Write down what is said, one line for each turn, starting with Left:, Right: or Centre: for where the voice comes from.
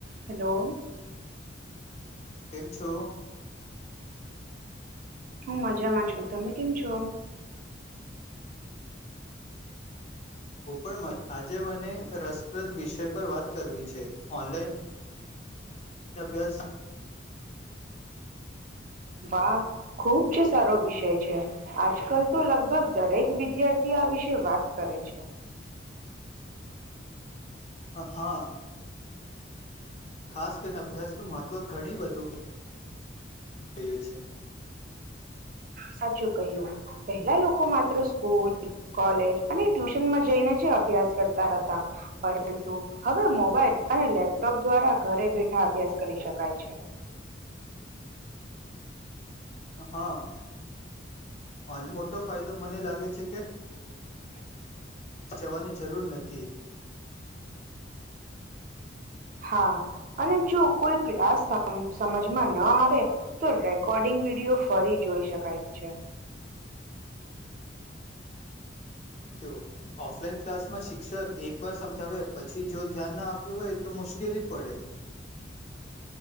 Right: Hello.
Left: કેમ છો?
Right: હું મજામાં છું તમે કેમ છો?
Left: હું પણ આજે મને રસપ્રદ વિષય પર વાત કરવી છે ઓનલાઈન અભ્યાસ
Right: વાહ ખુબ જ સારો વિષય છે આજકાલ તો લગભગ દરેક વિદ્યાર્થી આ વિશે વાત કરે છે.
Left: હા. ખાસ કરીને અભ્યાસનું મહત્વ ઘણી વધુ કે કહ્યું છે.
Right: સાચું કહ્યું પહેલા લોકો માત્ર સ્કૂલ, કોલેજ અને ટ્યુશનમાં જઈને જ અભ્યાસ કરતા હતા પરંતુ હવે મોબાઈલ અને લેપટોપ દ્વારા ઘરે બેઠા અભ્યાસ કરી શકાય છે.
Left: હા અને મોટો ફાયદો મને લાગે છે કે
Right: <inaudible>
Left: જવાની જરૂર નથી.
Right: હા અને જો કોઈ ક્લાસ સમજમાં ન આવે તો રેકોર્ડિંગ વિડીયો ફરી જોઈ શકાય છે.
Left: જો ઓફલાઈન ક્લાસમાં શિક્ષક એક વાર સમજાવે પછી જો ધ્યાન ના આપ્યું હોય તો મુશ્કેલી પડે.